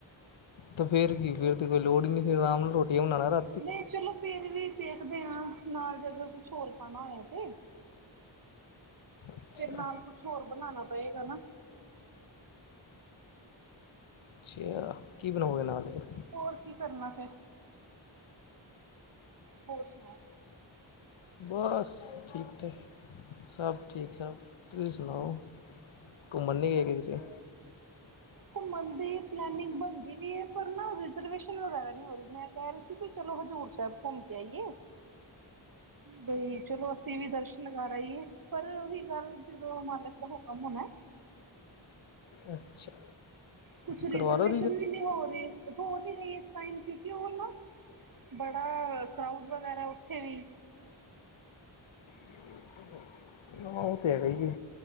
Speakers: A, on the left (about 80°); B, on the right (about 45°).
A: ਤੇ ਫੇਰ ਕੀ ਫੇਰ ਤੇ ਕੋਈ ਲੋੜ ਹੀ ਨਹੀਂ ਫਿਰ ਅਰਾਮ ਨਾਲ ਰੋਟੀਆਂ ਬਨਾਣਾ ਰਾ
B: ਨਹੀਂ ਚਲੋ ਫੇਰ ਵੀ ਦੇਖਦੇ ਹਾਂ ਨਾਲ ਜੇਕਰ ਕੁਛ ਹੋਰ ਖਾਨਾ ਹੋਇਆ ਤੇ
A: ਅੱਛਾ
B: ਫੇਰ ਨਾਲ ਕੁਛ ਹੋਰ ਬਨਾਨਾ ਪਏਗਾ ਨਾ
A: ਅੱਛਾ ਕੀ ਬਨਾਓਗੇ ਨਾਲ ਫੇਰ
B: ਹੋਰ ਕੀ ਕਰਨਾ ਫੇਰ ਹੋਰ ਸੁਨਾਓ
A: ਬਸ ਠੀਕ ਠਾਕ ਸਭ ਠੀਕ ਠਾਕ ਤੁਸੀਂ ਸੁਨਾਓ ਘੁੰਮਨ ਨਈ ਗਏ ਕਿਧਰੇ
B: ਘੁੰਮਨ ਦੀ ਪਲੈਨਿੰਗ ਬਨਦੀ ਵੀ ਏ ਪਰ ਨਾ ਰਿਜਰਵੇਸ਼ਨ ਵਗੈਰਾ ਨਹੀਂ ਹੋ ਰਹੀ ਮੈਂ ਕਹਿ ਰਹੀ ਸੀ। ਵੀ ਚਲੋ ਹਜ਼ੂਰ ਸਾਹਿਬ ਘੁੰਮ ਕੇ ਆਈਏ ਬਈ ਚਲੋ ਅਸੀਂ ਵੀ ਦਰਸ਼ ਲਗਾ ਰਹੀਏ ਪਰ ਉਹੀ ਗੱਲ ਜਦੋਂ ਮਾਲਕ ਦਾ ਹੁਕਮ ਹੋਨਾ।
A: ਅੱਛਾ।
B: ਕੁਛ ਰਿਜ਼ਰਵੇਸ਼ਨ
A: ਕਰਵਾ ਲਓ
B: ਵੀ ਨਹੀਂ ਹੋ ਰਹੀ। ਹੋੋ ਨਹੀਂ ਰਹੀ ਇਸ ਟਾਈਮ ਕਿਉਂਕਿ ਉਹ ਨਾ ਬੜਾ ਕਰਾਊਡ ਵਗੈਰਾ ਉੱਥੇ ਵੀ
A: ਹ। <unintelligible> ਹਾਂ ਉਹ ਤੇ ਹੇਗਾ ਈ ਏ